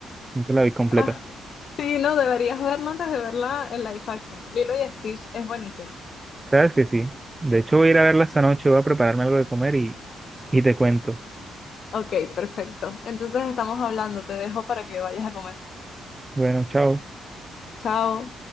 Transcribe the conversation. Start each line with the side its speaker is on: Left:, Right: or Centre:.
Right: nunca la vi completa.
Left: Ah, sí, no, deberías verla antes de verla en live action. Lilo y Stitch es buenísima.
Right: Sabes que sí. De hecho, voy a ir a verla esta noche, voy a prepararme algo de comer y, y te cuento.
Left: Ok, perfecto. Entonces estamos hablando, te dejo para que vayas a comer.
Right: Bueno, chao.
Left: Chao.